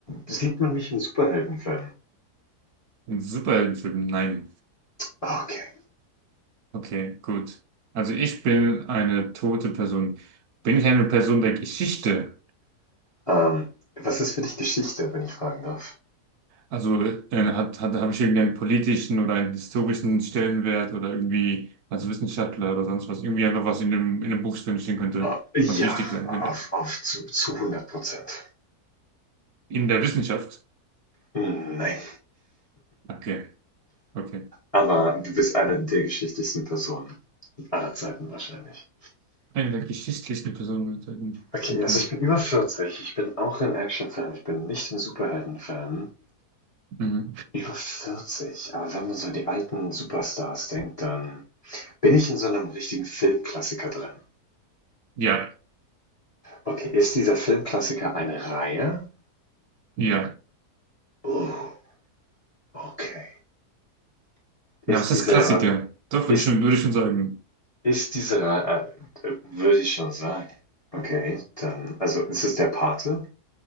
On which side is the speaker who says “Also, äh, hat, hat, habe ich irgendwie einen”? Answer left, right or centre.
Right